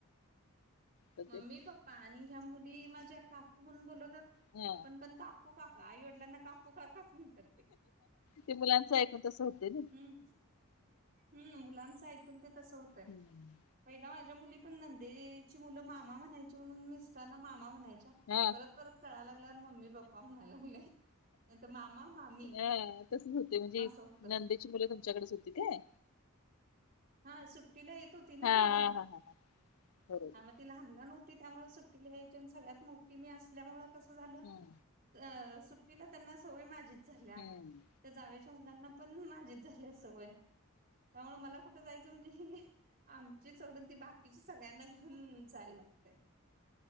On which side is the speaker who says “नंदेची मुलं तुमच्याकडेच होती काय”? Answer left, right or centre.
Left